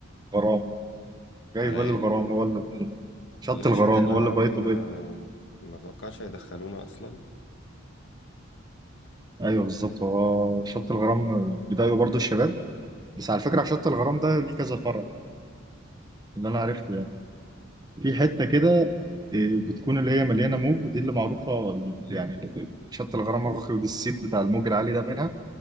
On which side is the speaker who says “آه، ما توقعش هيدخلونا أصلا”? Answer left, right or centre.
Left